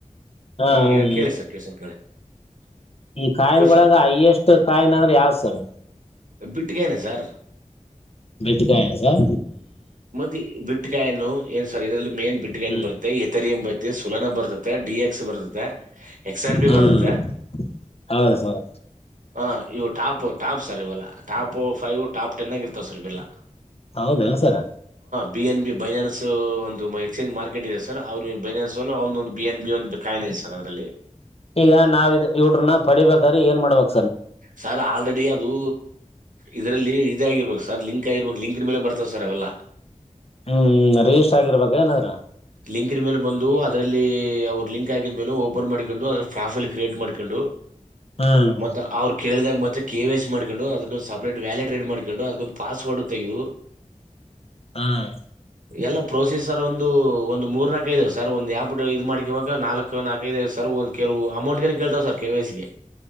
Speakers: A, on the left (about 50°); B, on the right (about 80°).
A: ಹಾ
B: ಹ್ಮ್
A: ಹಾ
B: ಹೇಳ
A: ಹಾ
B: ಕೇಳಿ ಸರ್ ಕೇಳಸರ್ ಕೇಳಿ
A: ಈ ಕಾಯಿನಗಳೊಳಗ
B: ಕ್ವಶನ್
A: ಅಯ್ಯೆಸ್ಟ್ ಕಾಯಿನ ಅಂದ್ರೆ ಯಾವ್ ಸರ್
B: ಬಿಟ್ಟಗೇನೆ ಸರ್
A: ಮೆಟ್ಟಕಾಯಿನಸ
B: ಮತ್ತೆ ಬಿಟ್ಟಕಾಯನು ಏನ್ ಸರಿ ಇದ್ರಲ್ಲಿ ಮೇನ್ ಬಿಟ್ಟಕಾಯಿನ
A: ಹ್ಮ್
B: ಬರುತ್ತತೆ ಎತರಿ ಬರ್ತ್ತ ತುಲನಾ ಬರ್ತತೆ ಡಿ ಎಕ್ಸ್ ಬರ್ತತೆ ಎಕ್ಸ್ ಆರ್ ಪಿ
A: ಹ್ಮ್
B: ಬರ್ತತೆ
A: ಹೌದು ಸರ್
B: ಹ ಇವು ಟಾಪ್ ಟಾಪ್ ಸರ್ ಇವಲ್ಲ ಟಾಪ್ ಫೈವ್ ಟಾಪ್ ಟೆನ್ ಆಗಿ ಇರ್ತವ ಸರ್ ಇವೆಲ್ಲಾ
A: ಹೌದ sir
B: B N B Binance ಒಂದು ಎಕ್ಸ್ಚೇಂಜ್ ಮಾರ್ಕೆಟ್ ಇದೆ ಸರ್ ಅವ್ ಬೈನಾನ್ಸ್ ಒ ಅವ ಒಂದು ಬಿ ಎನ್ ಬಿ ಒಂದು ಬ ಕ ಸರ್ ಅದ್ರಲ್ಲಿ
A: ಈಗ ನಾವ ಇದು ಯಟ್ಯೂಬ್ ನ ಪಡಿಬೇಕಾದ್ರ ಏನ್ ಮಾಡ್ಬೇಕು
B: ಸರ್ ಆಲ್ರೆಡಿ ಅದು ಇದ್ರಲ್ಲಿ ಇದ ಆಗಿರ್ಬೇಕು ಸರ್ ಲಿಂಕ್ ಆಗಿರ್ಬೇಕು ಲಿಂಕ್ ಮೇಲೆ ಬರ್ತವೆ ಸರ್ ಅವೆಲ್ಲ
A: ಹ್ಮ್ ರಿಜಿಸ್ಟರ್ ಆಗಿರ್ಬ ಏನಾದ್ರೂ
B: ಲಿಂಕಿನ ಮೇಲೆ ಬಂದು ಅದರಲ್ಲಿ ಅವ್ರ ಲಿಂಕ್ ಆಗಕಿದ ಮೇಲೆ ಓಪನ್ ಮಾಡಿಕೊಂಡು ಅದ್ರ ಪ್ರೊಫೈಲ್ ಕ್ರಿಯೇಟ್ ಮಾಡ್ಕೊಂಡು
A: ಹ್ಮ್
B: ಮತ್ತ ಅವರು ಕೇಳಿದಾಗ ಮತ್ತೆ ಕೆವಿಸ್ ಮಾಡ್ಕೊಂಡು ಅದಕ್ಕೊಂದ್ ಸಪ್ರೇಟ್ ವ್ಯಾಲೆಟ್ ರೆಡಿ ಮಾಡ್ಕೊಂಡು ಅದಕ್ಕೊಂದು ಪಾಸ್ವರ್ಡ್ ತೆಗೆದು
A: ಹ್ಮ್
B: ಎಲ್ಲ ಪ್ರೊಸೆಸರ್ ಒಂದು ಒಂದು ಮೂರ್ ನಲ್ಕೈದ್ ಸರ್ ಒಂದು ಇ್ ಮಾಡ್ಕಾಗ ನಾಲ್ಕು ನಾಕೈದ ಸರ್ ಒಂದು ಕೆಲವು ಅಮೌಂಟ್ಳ ಸರ್ಕ ವಯಸ್ಸಿಗೆ